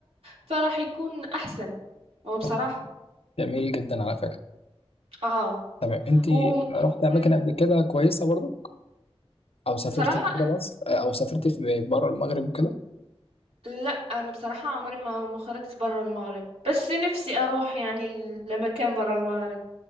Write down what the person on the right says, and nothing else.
فراح يكون أحسن وبصراحة
اه
و... و... م-
م-
بصراحة
لا انا بصراحه عمري ما ما خرجت برا المغرب بس نفسي اروح يعني ل- لمكان برا المغرب